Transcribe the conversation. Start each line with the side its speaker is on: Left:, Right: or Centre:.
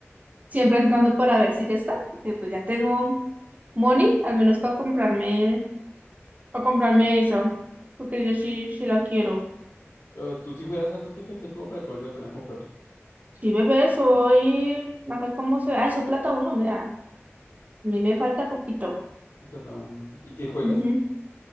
Right: siempre entrando para ver si ya está, porque pues ya tengo money, al menos para comprarme, para comprarme eso, porque yo sí, sí la quiero.
Left: Pero tú sí juegas harto TFT como para que valga la pena comprarlo.
Right: Sí, bebé, soy, acá cómo se ve, ay, soy plata uno, mira, a mí me falta poquito.
Left: Trata uno. ¿Y qué juegas?
Right: Ujú.